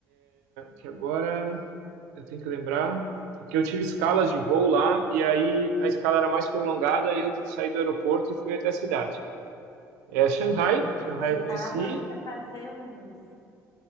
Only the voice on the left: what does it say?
Aproveitava
para fazer uns.